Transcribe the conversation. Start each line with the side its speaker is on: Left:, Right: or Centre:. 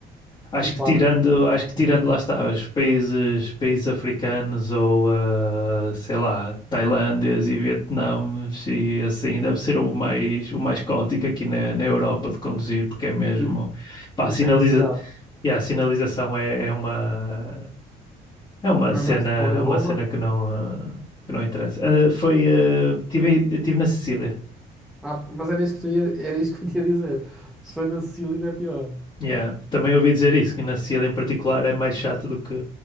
Left: Acho
Centre: Tipo
Left: que tirando,
Centre: afro.
Left: acho que tirando
Centre: <laughs>
Left: lá está, os países, países africanos ou ah, sei lá, Tailândias e Vietnãs e assim, deve ser o mais, o mais caótico aqui na, na Europa de conduzir, porque é mesmo,
Centre: E,
Left: pá,
Centre: e
Left: sinaliza,
Centre: foi em que cidade?
Left: Yeah, a sinalização é, é uma. É uma
Centre: Andaste
Left: cena, é
Centre: onde? A
Left: uma
Centre: Roma?
Left: cena que não, ah, que não interessa. Ah, foi, ah, tive, em- eh, tive na Sicília.
Centre: Ah, mas era isso que tu ia, era isso que eu te ia dizer. Se foi na Sicília ainda é pior.
Left: Yeah. Também ouvi dizer isso, que na Sicília em particular é mais chato do que,